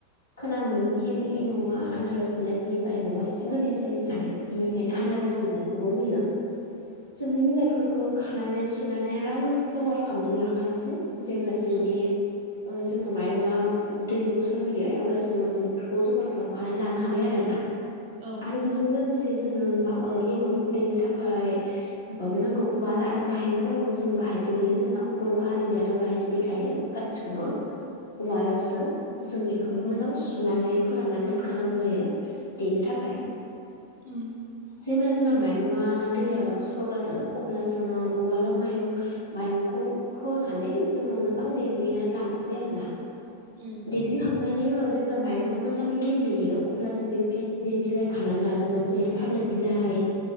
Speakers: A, on the left; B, on the right.
A: खोनानो मोनोखि बि एमावा आनारस बिलाइ होयोबा एमावाआ एसे गोदै जायो होननानै बेनिखायनो आनारस
B: अ औ
A: बिलाइखौबो होयो सुमफ बिलाइ बे खौ खानानै सुनानै आराम जगार खालामनानै लाखानोसै जेब्लासिम
B: उम
A: बेयो जोंना माइरङा दै गसर होयो अब्ला <unintelligible> जों बेफोरखौ जगार खालामखानानै लानो हाबाय आरोना
B: औ
A: आरो बेजों लोगोसे ससे जोंनो एमावखौ दैनो थाखाय माबाबो नांगौ उवाल आरो गाहेनबो नांगौ जों बाहायसो देयो जोंना बर' हारिनियाथ' बाहायसो देखायो। गासिखौबो
B: औ
A: उवालावसो
B: औ
A: जों बेखौबो
B: औ
A: मोजां सुनानै फोराननानै दोनखानांगौ जायो देनो थाखाय।
B: उम
A: जेब्ला जोंना माइरङा दैया सरगारो अब्ला जोङो उवालाव माइरं माइरंखौ होनानै जोङो मोजां देग्लिनानै लानोसै आरोना।
B: उम
A: दलि हां मायनि उ जेब्ला माइरङा मोजाङै गेब्लेयो अब्ला जों बे जे बिलाइ खानानै लादोंमोन जे थालिर बिलाइ